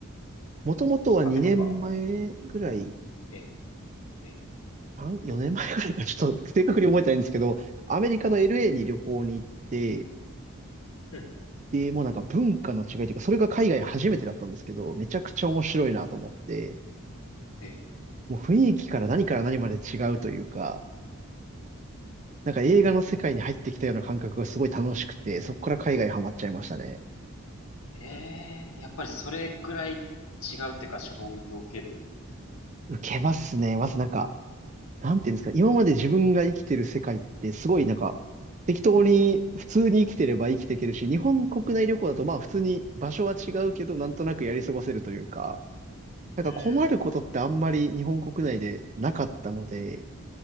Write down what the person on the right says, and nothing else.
もともとは2年前ぐらい、
3、4年前ぐらいか、ちょっと正確に覚えてないんですけど、アメリカの LA
に旅行に行って、
で、もうなんか文化の違いというか、それが海外初めてだったんですけど、めちゃくちゃ面白いなと思って、
もう雰囲気から何から何まで違うというか、
なんか映画の世界に入ってきたような感覚がすごい楽しくて、そこから海外ハマっちゃいましたね。
受けますね。まずなんかなんていうんですか、今まで自分が生きてる世界ってすごいなんか、適当に普通に生きてれば生きていけるし、日本国内旅行だとまあ普通に場所は違うけど、なんとなくやり過ごせるというか、なんか困ることってあんまり日本国内でなかったので、